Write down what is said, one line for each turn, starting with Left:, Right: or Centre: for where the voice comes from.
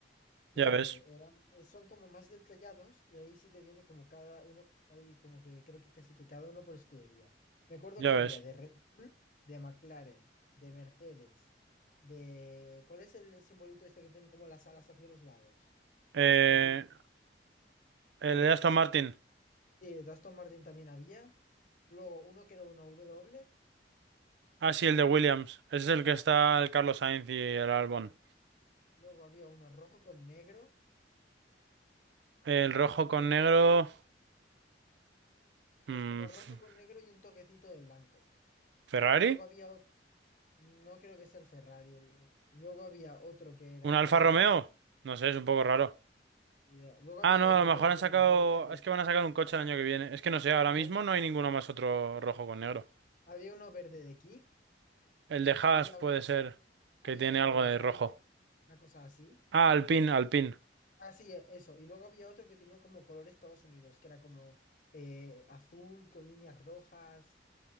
Left: que
Right: Ya ves,
Left: eran, eh, son como más detallados y ahí sí te viene como cada uno, ahí como que creo que casi que cada uno por escudería. Me acuerdo
Right: ya
Left: que había
Right: ves.
Left: de Red Bull, de McLaren, de Mercedes, de... ¿Cuál es el simbolito este que tiene como las alas hacia los lados?
Right: Eh,
Left: Que es como un círculo,
Right: el
Left: ¿sabes?
Right: de Aston Martin.
Left: Sí, de Aston Martin también había. Luego uno que era una W.
Right: Ah, sí, el de Williams. Ese es el que está
Left: Sí.
Right: el Carlos Sainz y el Albon.
Left: Luego había uno rojo con negro.
Right: El rojo
Left: que no sabría-
Right: con negro.
Left: Sí,
Right: mm,
Left: es como
Right: F-
Left: rojo con negro y un toquecito de blanco.
Right: ¿Ferrari?
Left: Y luego había otro No creo que sea el Ferrari. el- Luego había otro que era.
Right: ¿Un Alfa
Left: eh,
Right: Romeo?
Left: ni
Right: No sé, es un poco raro.
Left: idea. Luego había
Right: Ah, no,
Left: otro
Right: a lo mejor
Left: que era
Right: han
Left: como
Right: sacado.
Left: verde de.
Right: Es que van a sacar un coche el año que viene. Es que no sé, ahora mismo
Left: ha-
Right: no hay ninguno más otro rojo con negro.
Left: Había uno verde de Kik.
Right: El de Haas
Left: Había
Right: puede
Left: uno,
Right: ser
Left: había
Right: que tiene
Left: uno
Right: algo
Left: de los
Right: de rojo.
Left: Alpes. Una cosa así.
Right: Ah, Alpine, Alpine.
Left: Ah, sí, e- eso. Y luego había otro que tenía como color Estados Unidos, que era como eh, azul con líneas rojas.